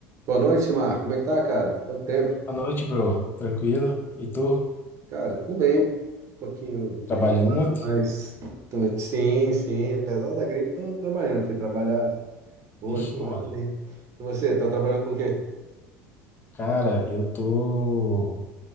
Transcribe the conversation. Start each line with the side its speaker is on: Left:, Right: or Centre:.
Right: Boa noite, Marco. Como é que tá, cara? Quanto tempo?
Left: Boa noite, bro. Tranquilo? E tu?
Right: Cara, tudo bem. Um pouquinho gripado,
Left: Trabalhando muito?
Right: mas... tô- Sim, sim. Apesar da gripe, tô trabalhando. Fui trabalhar hoje,
Left: Vixe,
Right: ontem.
Left: Maria.
Right: E você, tá trabalhando com o quê?
Left: Cara, eu tô.